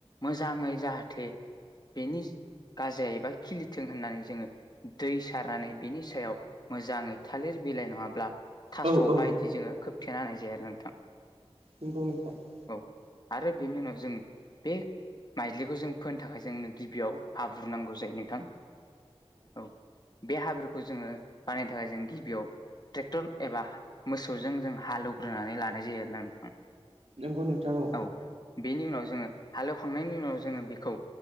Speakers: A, on the left; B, on the right.
A: मोजाङै जाहाथे बेनि गाजाय एबा खिलिथों होननानै जोङो दै सारनानै बेनि सायाव मोजाङै थालिर बिलाइ नङाब्ला थास'
B: औ औ
A: बायदि जोङो खोबथेना होनाय जाया आरो नोंथां।
B: खिथुनिफ्राय <unintelligible>
A: औ आरो बेनि उनाव जोङो बे माइजलिखौ जों फोनो थाखाय जोंनो गिबियाव हाब्रु नांगौ जायो नोंथां। औ बे हाब्रुखौ जोङो बानायनो थाखाय जों गिबियाव ट्रेक्टर एबा मोसौजों जों हालौवग्रोनानै लानाय जायो आरो ना नोंथां
B: नंगौ नोंथां <unintelligible> व
A: औ बेनि उनाव जोङो हालेवखांनायनि उनाव जोङो बेखौ